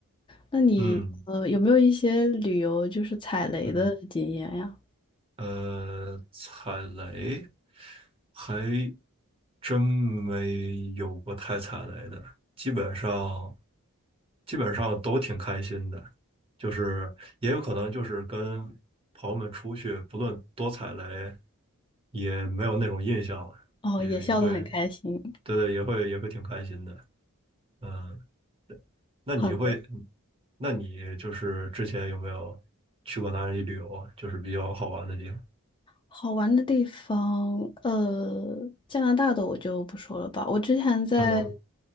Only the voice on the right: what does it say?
嗯嗯。呃，踩雷还真没有过太踩雷的，基本上基本上都挺开心的，就是也有可能就是跟朋友们出去，不论多踩雷，也没有那种印象了，
也也会
对对，也会也会挺开心的。嗯，那你会，
那你就是之前有没有去过哪里旅游啊？就是比较好玩的地方。
嗯